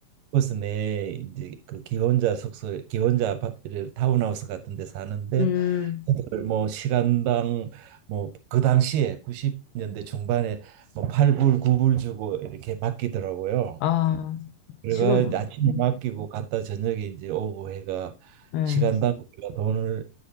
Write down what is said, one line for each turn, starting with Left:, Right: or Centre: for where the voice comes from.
Right: 그래서 내 이제 그 기혼자 숙소, 기혼자 아파트를 타운하우스 같은 데 사는데
Left: 음.
Right: 그걸 뭐 시간당 뭐 그 당시에 90년대 중반에 뭐 8불, 9불 주고 이렇게 맡기더라고요.
Left: 아,
Right: 그래가
Left: 지금
Right: 이제 아침에
Left: 음,
Right: 맡기고 갔다 저녁에 이제 오고 해가
Left: 네.
Right: 시간당 우리가 돈을